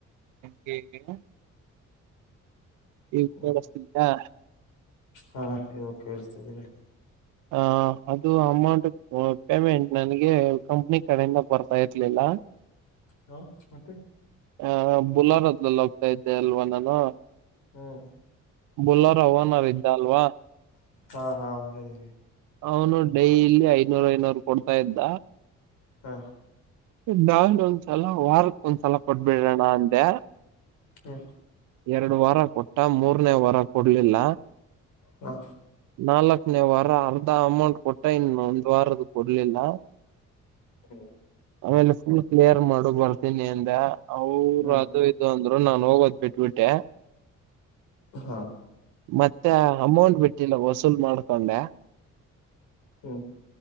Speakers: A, on the right; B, on the left.
A: <unintelligible> ಈಗ
B: ಹ್ಮ
A: ಕೆಲಸಇಲ್ವಾ
B: ಹಾ ಇವಾಗ ಕೇಳಿಸ್ತಿದೆ ಬಿಡೆ
A: ಆ ಅದು ಅಮೌಂಟ್ ಪೇಮೆಂಟ್ ನನಗೆ ಕಂಪ್ನಿ ಕಡೆಯಿಂದ ಬರ್ತಾ ಇರ್ಲಿಲ್ಲ
B: ಹಾ ಮತ್ತೆ
A: ಆ ಬುಲಾರದಲೆಲ್ಲಿ ಹೋಗ್ತಾ ಇದ್ದೆ ಅಲ್ವಾ ನಾನು
B: ಹ್ಮ್
A: ಬೊಲಾರವನ ಓನರ್ ಇಲವ
B: ಹಾ ಹಾ ಹೇಳಿ ಹೇಳಿ
A: ಅವನು ಡೈಲಿ ಐನೂರು ಐನೂರು ಕೊಡ್ತಾ ಇದ್ದ
B: ಹಾ
A: <unintelligible> ಒಂದ್ಸಲ ವಾರಕ್ ಒಂದ್ಸಲ ಕೊಟ್ಬಿಡ್ರಣ್ಣ ಅಂದೆ
B: ಹ್
A: ಎರಡು ವಾರ ಕೊಟ್ಟ ಮೂರ್ನೇ ವಾರ ಕೊಡ್ಲಿಲ್ಲ
B: ಹಾ
A: ನಾಲ್ಕನೇ ವಾರ ಅರ್ಧ ಅಮೌಂಟ್ ಕೊಟ್ಟ ಇನ್ನು ಒಂದ್ ವಾರ ಅದು ಕೊಡ್ಲಿಲ್ಲ
B: ಹ್ಮ್
A: ಆಮೇಲೆ ಫುಲ್ ಕ್ಲಿಯರ್ ಮಾಡು ಬರ್ತೀನಿ ಅಂದ ಅವರು
B: ಹ್ಮ್
A: ಅದು ಇ ಇದು ಅಂದ್ರು ನಾನ್ ಹೋಗೋದ್ ಬಿಟ್ಬಿಟ್ಟೆ.
B: ಹಾ
A: ಮತ್ತೆ ಅಮೌಂಟ್ ಬಿಟ್ಟಿಲ್ಲ ವಸೂಲ್ ಮಾಡ್ಕೊಂಡೆ.
B: ಹ್ಮ್